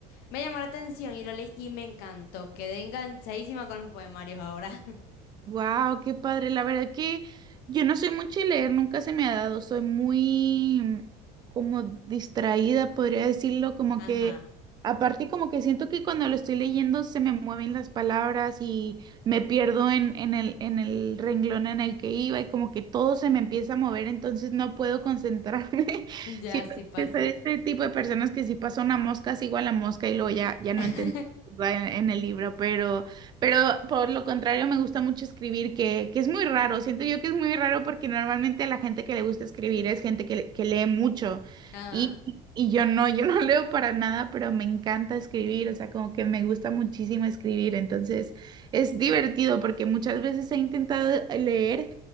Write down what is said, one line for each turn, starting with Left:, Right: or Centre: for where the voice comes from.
Left: Me llamó la atención y lo leí y me encantó. Quedé enganchadísima con los poemarios ahora. <laughs>
Right: Wow, qué padre. La verdad que yo no soy mucho de leer, nunca se me ha dado. Soy muy mm, como distraída, podría decirlo, como
Left: Ajá,
Right: que aparte como que siento que cuando lo estoy leyendo se me mueven las palabras y me pierdo en, en el, en el renglón en el que iba y como que todo se me empieza a mover, entonces no puedo concentrarme. <laughs>
Left: ya
Right: Siento
Left: sí pasa.
Right: que soy de este tipo de personas que si pasa una mosca, sigo a la mosca y luego ya, ya
Left: <laughs>
Right: no entendí en en el libro, pero pero por lo contrario, me gusta mucho escribir, que, que es muy raro. Siento yo que es muy raro porque normalmente la gente que le gusta escribir es gente que, que lee mucho.
Left: Ah,
Right: Y, y yo no, yo no <laughs> leo para nada, pero me encanta escribir. O sea, como que me gusta muchísimo escribir. Entonces, es divertido porque muchas veces he intentado leer